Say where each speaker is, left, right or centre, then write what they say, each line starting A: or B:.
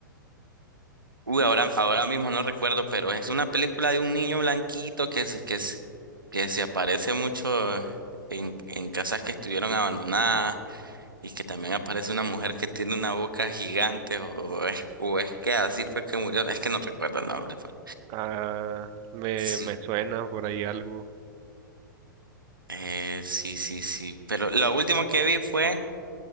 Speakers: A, on the right (about 85°); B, on the right (about 35°).
A: Uy, ahora, ahora mismo no recuerdo, pero es una película de un niño blanquito que se, que se, que se aparece mucho en, en casas que estuvieron abandonadas y que también aparece una mujer que tiene una boca gigante o, o es, o es que así fue que murió. Es que no recuerdo el nombre. pero-
B: Ah, me,
A: Sí,
B: me suena por ahí algo.
A: eh, sí, sí, sí. Pero lo último que vi fue,